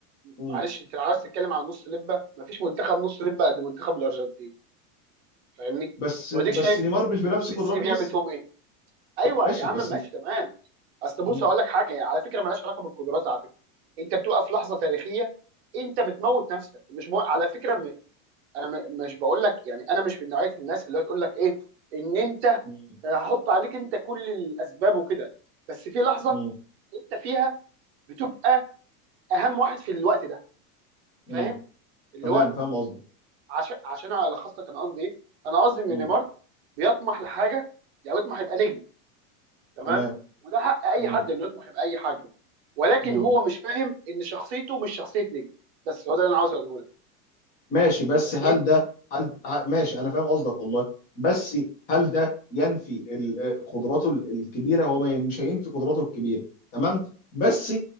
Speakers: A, on the left (about 20°); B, on the right (about 45°).
A: مم.
B: معلش انت لو عايز تتكلم عن نص لبه مفيش منتخب نص لبه قد منتخب الارجنتين فاهمني
A: بس
B: واديك
A: بس
B: شايف
A: نيمار مش بنفس
B: م-
A: قدرات
B: ميسي بيعمل
A: ميسي
B: فيهم ايه ايوه
A: ماشي
B: يا عم
A: بس
B: ماشي تمام اصل بص
A: مم.
B: اقول لك حاجه يعني على فكره مالهاش علاقه بالقدرات على فكره انت بتبقى في لحظه تاريخيه انت بتموت نفسك مش مو... على فكره م... انا م... مش بقول لك يعني انا مش من نوعيه الناس اللي هتقول لك ايه ان انت
A: مم.
B: آه، هحط عليك انت كل الاسباب وكده بس في لحظه
A: مم.
B: انت فيها بتبقى اهم واحد في الوقت ده
A: مم.
B: فاهم اللي
A: تمام
B: هو
A: فاهم قصدك
B: عشان عشان الخص لك انا قصدي ايه انا قصدي ان
A: مم.
B: نيمار بيطمح لحاجه يعني بيطمح يبقى نجم تمام
A: تمام
B: وده حق اي
A: مم.
B: حد انه يطمح يبقى اي حاجه ولكن
A: مم.
B: هو مش فاهم ان شخصيته مش شخصيه نجم بس هو ده اللي انا عاوز اقوله لك
A: ماشي بس
B: فاهمني
A: هل ده هل ه- ماشي انا فاهم قصدك والله بس هل ده ينفي ال- آه، قدراته ال- الكبيره هو ما- مش هينفي قدراته الكبيره تمام بس